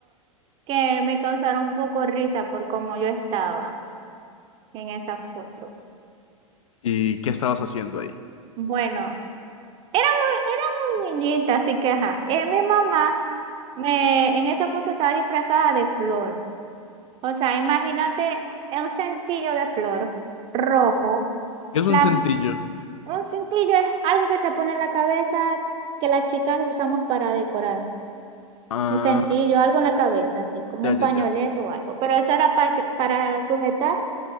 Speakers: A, on the right; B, on the left.
A: que me causaron un poco risa por cómo yo estaba en esa foto.
B: y qué estabas haciendo ahí.
A: Bueno, era muy, era muy niñita, así que ajá. Eh, mi mamá me, en esa foto estaba disfrazada de flor. O sea, imagínate un centillo de flor rojo.
B: ¿Qué es
A: La,
B: un centillo?
A: un cintillo es algo que se pone en la cabeza que las chicas lo usamos para decorar.
B: Ah,
A: Un cintillo, algo en la cabeza, así como
B: ya,
A: un
B: ya,
A: pañoleto
B: ya.
A: o algo. Pero eso era para, para sujetar